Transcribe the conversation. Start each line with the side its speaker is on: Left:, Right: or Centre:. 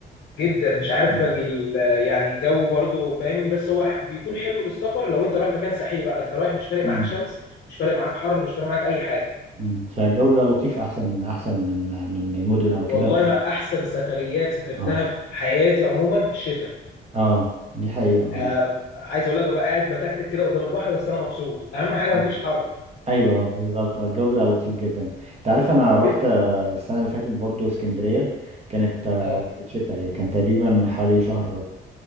Left: جدا مش عارف
Right: مم.
Left: ال- يعني الجو برضو فاهمني بس هو ح- بيكون حلو للسفر لو انت رايح مكان ساحلي بقى انت رايح مش فارق
Right: مم.
Left: معاك شمس مش فارق معاك حر مش فارق معاك اي حاجه
Right: مم. فالجو بيبقى لطيف احسن احسن من من المدن او
Left: والله
Right: كده ف...
Left: احسن سفريات سافرتها
Right: اه
Left: في حياتي عموما في الشتاء
Right: اه دي حقيقه اه
Left: آه عايز اقول لك ببقى قاعد بتكتك كده قدام البحر بس انا مبسوط اهم حاجه
Right: مم.
Left: مفيش حر
Right: ايوه بالظبط آه، الجو بيبقى لطيف جدا انت عارف انا رحت
Left: جدا
Right: آه، السنه اللي فاتت برضو اسكندريه كانت آه،
Left: اه
Right: في الشتاء كان تقريبا حوالي شهر